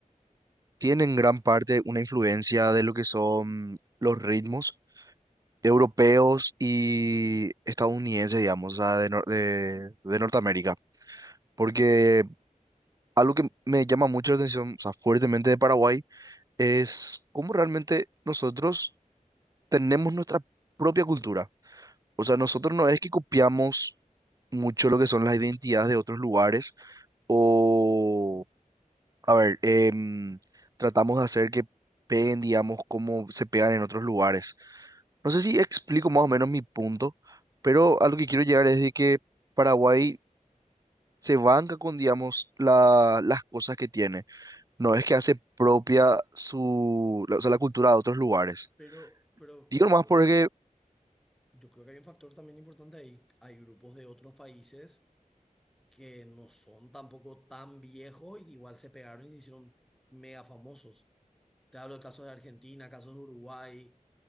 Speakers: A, on the right; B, in the centre.
A: tienen gran parte una influencia de lo que son los ritmos europeos y estadounidenses, digamos, o sea, de, Nor- de, de Norteamérica. Porque algo que me llama mucho la atención, o sea, fuertemente de Paraguay, es cómo realmente nosotros tenemos nuestra propia cultura. O sea, nosotros no es que copiamos mucho lo que son las identidades de otros lugares o A ver, em, tratamos de hacer que peguen, digamos, como se pegan en otros lugares. No sé si explico más o menos mi punto, pero a lo que quiero llegar es de que Paraguay se banca con, digamos, la- las cosas que tiene. No es que hace propia su, la- o sea, la cultura de otros lugares.
B: pero, pero
A: Digo
B: ojo,
A: más porque,
B: yo creo que hay un factor también importante ahí. Hay grupos de otros países que no son tampoco tan viejos y igual se pegaron y se hicieron mega famosos. Te hablo de casos de Argentina, casos de Uruguay.